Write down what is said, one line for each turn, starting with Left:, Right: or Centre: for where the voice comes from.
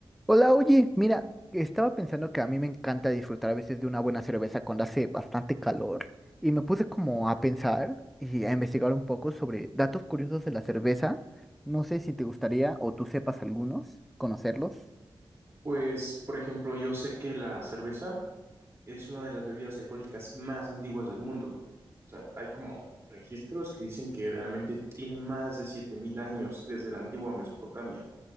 Centre: Hola, oye, mira, estaba pensando que a mí me encanta disfrutar a veces de una buena cerveza cuando hace bastante calor y me puse como a pensar y a investigar un poco sobre datos curiosos de la cerveza. No sé si te gustaría o tú sepas algunos, conocerlos.
Right: Pues, por ejemplo, yo sé que la cerveza es una de las bebidas alcohólicas más antiguas del mundo. O sea, hay como registros que dicen que realmente tiene más de 7000 años desde la antigua Mesopotamia.